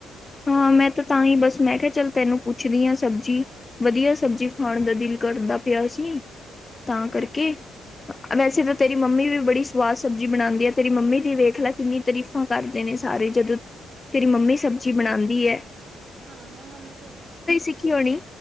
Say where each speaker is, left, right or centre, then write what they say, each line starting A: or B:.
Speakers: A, on the left (about 25°); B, on the right (about 50°).
A: ਹਾਂ ਮੈਂ ਤਾਂ ਤਾਂ ਹੀ ਬੱਸ ਮੈਂ ਕਿਹਾ ਚੱਲ ਤੈਨੂੰ ਪੁੱਛਦੀ ਹਾਂ ਸਬਜ਼ੀ ਵਧੀਆ ਸਬਜ਼ੀ ਖਾਣ ਦਾ ਦਿਲ ਕਰਦਾ ਪਿਆ ਸੀ। ਤਾਂ
B: ਹਾਂ
A: ਕਰਕੇ ਵੈਸੇ ਤਾਂ ਤੇਰੀ ਮੰਮੀ ਵੀ ਬੜੀ ਸਵਾਦ ਸਬਜ਼ੀ ਬਣਾਂਦੀ ਆ ਤੇਰੀ ਮੰਮੀ ਦੀ ਵੇਖ ਲੈ ਕਿੰਨੀ ਤਾਰੀਫ਼ਾਂ ਕਰਦੇ ਨੇ ਸਾਰੇ ਜਦੋਂ ਤੇਰੀ
B: ਹਾਂ
A: ਮੰਮੀ ਸਭ ਬਣਾਦੀ ਆ
B: ਹਾਂ ਮੈਂ ਮੰਮੀ ਕੋਲ
A: ਸਿੱਖੀ ਹੋਣੀ।